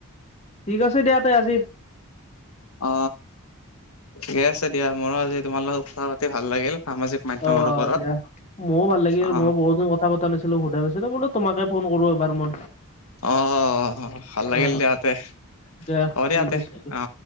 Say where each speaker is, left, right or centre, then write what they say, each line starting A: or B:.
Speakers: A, on the left (about 30°); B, on the left (about 80°).
A: ঠিক আছে দিয়া তে আজি
B: অ ঠিকে আছে দিয়া মোৰো আজি তোমাৰ লগত কথা পাতি ভাল লাগিল সামাজিক মাধ্যমৰ
A: অ
B: ওপৰত
A: দিয়া ময়ো ভাল লাগিল
B: অ
A: মই দিন ক কথা পতা নছিলো সোধা নাছিলো বোলে তোমাকে ফোন কৰো এবাৰ মই
B: অ ভাল লাগিল
A: অ
B: দিয়াতে
A: দিয়া
B: হ'ব
A: ঠিক
B: দিয়াতে
A: আছে দিয়া
B: অ